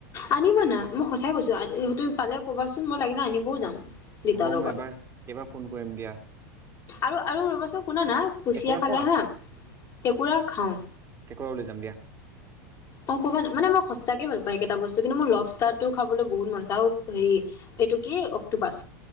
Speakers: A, on the left; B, on the right.
A: আনিবা না, মই সঁচাই কৈছোঁ, তুমি পালে ক'বাচোন, মই লাগিলে আনিবও যাম। দেতাৰ
B: হ'ব,
A: লগত
B: মই এইবাৰ, এইবাৰ ফোন কৰিম দিয়া।
A: আৰু, আৰু ৰ'বাচোন, শুনা না, কুচিয়া
B: কেঁকুৰা
A: খালে
B: খোৱা
A: হা, কেকোঁৰা খাওঁ।
B: কেকোঁৰাও লৈ যাম দিয়া।
A: অ, কব ন, মানে মই সচাঁকে ভাল পায়, একেইটা বস্তু কিন্তু মোৰ লভষ্টাৰটো খাবলৈ বহুত মন আছে আৰু হেৰি এইটো কি অক্টোপাছ।